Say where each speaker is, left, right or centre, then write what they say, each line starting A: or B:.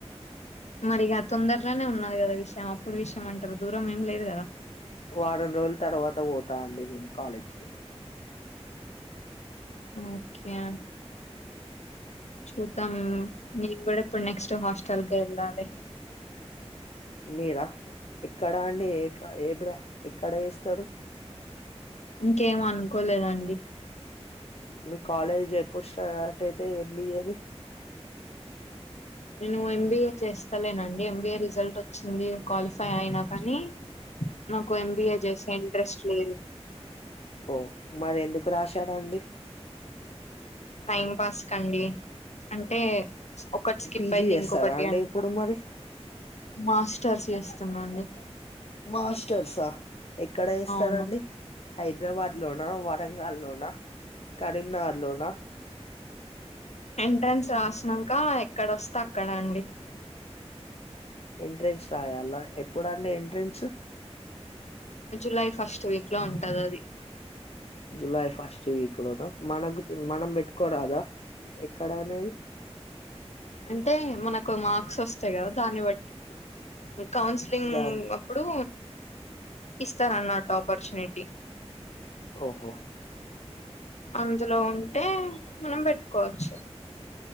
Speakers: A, on the left; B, on the left.
A: మరిగ తొందర్లోనే ఉన్నది కదా విషయం అప్పుడు విషయం అంటారు దూరం ఏం లేదు కదా
B: వారం రోజుల తర్వాత పోతా అండి నేను కాలేజ్కి
A: ఓకే అన్ చూద్దాం నెన్ కూడా ఇప్పుడు నెక్స్ట్ హాస్టల్కే ఎళ్ళాలే
B: మీరా ఎక్కడ అండి ఏక్ ఎ బ్రాండ్ ఎక్కడ చేస్తాడు
A: ఇంకేం అనుకోలేదండి
B: మీ కాలేజ్ చెప్పుడు స్టార్ట్ అయితే ఎంబిఏ ది
A: నేను ఎంబీఏ చేస్తాలేనండి ఎంబీఏ రిజల్ట్ వచ్చింది క్వాలి ఫై అయినా కానీ నాకు ఎంబిఏ చేసే ఇంట్రెస్ట్ లేదు
B: ఓ మరెందుకు రాశారండీ
A: ఉం పాస్ కండి అంటే ఒకటి స్కిప్
B: పీజీ
A: అయితే
B: చేస్తాడా
A: ఇంకొకటి
B: అండి
A: అంత
B: ఇప్పుడు మరి
A: మాస్టర్స్ చేస్తున్నానండి
B: మాస్టర్సా ఎక్కడ చేస్తారండి
A: అవును
B: హైదరాబాద్లోనా, వరంగల్లోనా, కరీంనగర్లోనా
A: ఎంట్రెన్స్ రాస్నంక ఎక్కడోస్తే అక్కడ అండి
B: ఎంట్రెన్స్ రాయాల ఎప్పుడు అండి ఎంట్రెన్స్
A: జులై ఫస్ట్ వీక్ లో ఉంటది అది
B: జులై ఫస్ట్ వీక్ లోన మనకు మనం పెట్టుకోరాదా ఎక్కడనేది
A: అంటే మనకు మార్క్స్ వస్తాయి కదా దాన్ని బట్టి కౌన్సిలింగ్
B: దాని
A: అప్పుడు ఇస్తానన్నారు ఆపర్చునిటీ
B: ఓహో
A: అందులో ఉంటే మనం పెట్టుకోవచ్చు